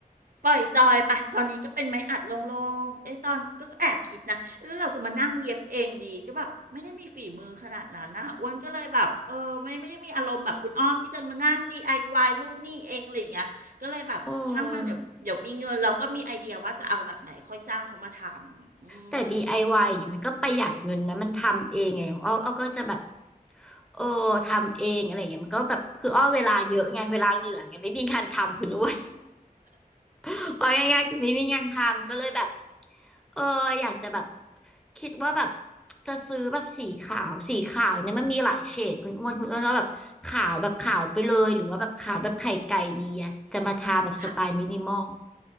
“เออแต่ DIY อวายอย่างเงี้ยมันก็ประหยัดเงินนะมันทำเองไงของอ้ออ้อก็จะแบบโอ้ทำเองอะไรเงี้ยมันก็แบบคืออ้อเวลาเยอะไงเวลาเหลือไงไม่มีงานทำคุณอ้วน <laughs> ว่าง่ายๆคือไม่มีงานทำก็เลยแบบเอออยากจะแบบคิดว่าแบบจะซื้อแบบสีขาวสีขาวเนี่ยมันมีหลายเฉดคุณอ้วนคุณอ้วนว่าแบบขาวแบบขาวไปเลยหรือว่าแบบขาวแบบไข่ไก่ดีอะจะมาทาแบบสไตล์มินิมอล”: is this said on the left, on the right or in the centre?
Centre